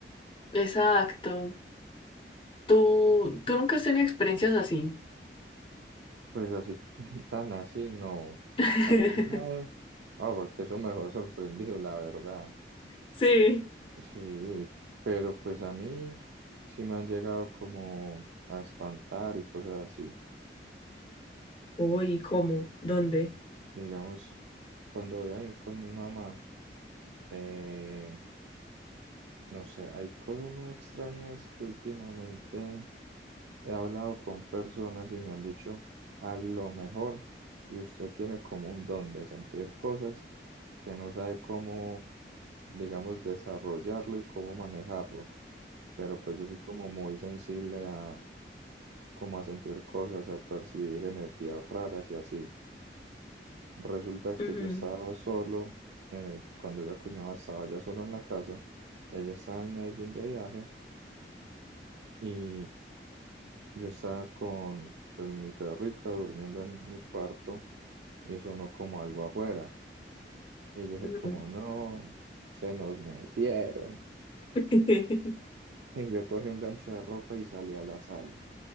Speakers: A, on the left; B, on the right.
A: Exacto. ¿Tú, tú nunca has tenido experiencias así?
B: Pues así, <laughs> tan así, no.
A: <laughs>
B: A mí me... Ah, porque eso me dejó sorprendido, la verdad.
A: Sí.
B: Sí, pero pues a mí sí me han llegado como a espantar y cosas así.
A: Uy, ¿cómo? ¿Dónde?
B: Digamos, cuando voy a ir con mi mamá, eh, no sé, hay cosas muy extrañas que últimamente he hablado con personas y me han dicho, a lo mejor, y usted tiene como un don de sentir cosas que no sabe cómo, digamos, desarrollarlo y cómo manejarlo. Pero pues yo soy como muy sensible a, como a sentir cosas, a percibir energías raras y así. Resulta que
A: Ujú,
B: yo estaba solo, eh, cuando iba con mi mamá estaba ya solo en la casa, ella estaba en Medellín de viaje y yo estaba con pues, mi perrita durmiendo en mi cuarto y sonó como algo afuera. Y yo dije
A: ujú,
B: como
A: ujú.
B: no, se nos metieron. <laughs>
A: <laughs>
B: Y yo cogí un gancho de ropa y salí a la sala,